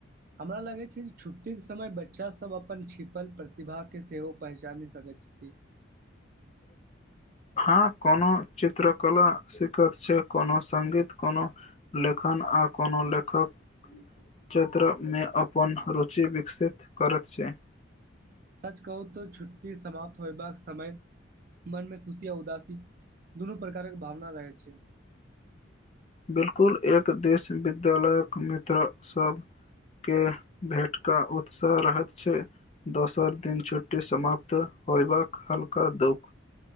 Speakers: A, on the right; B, on the left.
A: हमरा लगे छै जे छुट्टी के समय बच्चा सब अपन छीिपल प्रतिभा के सेहो पहचानी सकैत छै ी
B: <unintelligible> हँ कोनो चित्रकला सिकखैत छै कोनो संगीत कोनो लेखन आ कोनो लेखक क्षेत्र मे अपन रुचि विकसित करैत छै
A: सच कहू तऽ छुट्टी समाप्त होयबाक समय मनमे खुशी आ उदासी दुनू प्रकारक भावना रहैत छै
B: बिलकुल एक देश विद्यालयक मित्र सब के भेट कऽ उत्साह रहैत छै दोसर दिन छुट्टी समाप्त होयबाक हल्का दुख